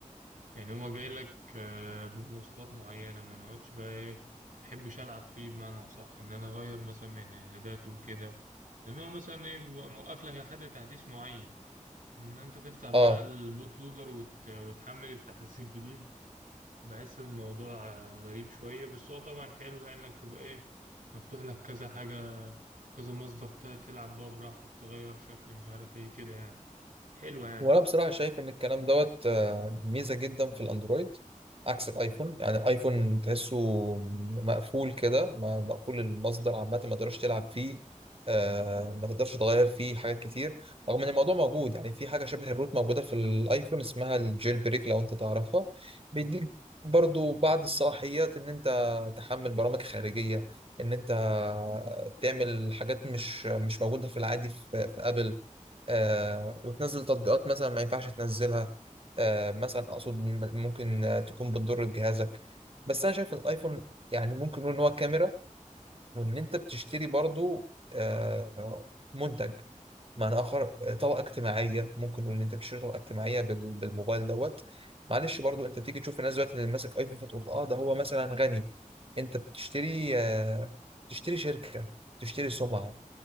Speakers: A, on the right; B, on the right.
A: يعني هو جاي لك آه، بمواصفات معينة ما نقعدش بقى إيه ما بحبش ألعب فيه بمعنى أصح إن أنا أغير مثلا من إعداداته وكده لأن هو مثلا إيه بيبقى موقف لك لحد تحديث معين إن أنت تفتح بقى
B: آه
A: البوت لودر وت... وتحمل التحديث <laughs> الجديد بحس الموضوع آه، غريب شوية بس هو طبعا حلو يعني انك بيبقى ايه مفتوح لك كذا حاجة كذا مصدر ت- تلعب بقى براحتك تغير شكل مش عارف ايه كده يعني حلوة يعني
B: وانا بصراحه شايف ان الكلام دوت آه، ميزه جدا في الاندرويد عكس الايفون يعني الايفون تحسه مقفول كده ما- مقفول المصدر عامه ما تقدرش تلعب فيه آه، ما تقدرش تغير فيه حاجات كتير رغم ان الموضوع موجود يعني في حاجه شبه الروت موجوده في الايفون اسمها الجيل بريك لو انت تعرفها بيديك برضو بعض الصلاحيات ان انت تحمل برامج خارجيه ان انت تعمل حاجات مش مش موجوده في العادي في في ابل آه وتنزل تطبيقات مثلا ما ينفعش تنزلها آه مثلا اقصد م- ممكن آه، تكون بتضر بجهازك بس انا شايف إن الايفون يعني ممكن نقول ان هو كاميرا وان انت بتشتري برضو آه منتج معنى اخر آه، طبقه اجتماعيه ممكن نقول ان انت بتشتري طبقه اجتماعيه بال- بالموبايل دوت معلش برضو انت بتيجي تشوف الناس دلوقتي اللي ماسك ايفون فتقول اه ده هو مثلا غني انت بتشتري آه تشتري شركه تشتري سمعه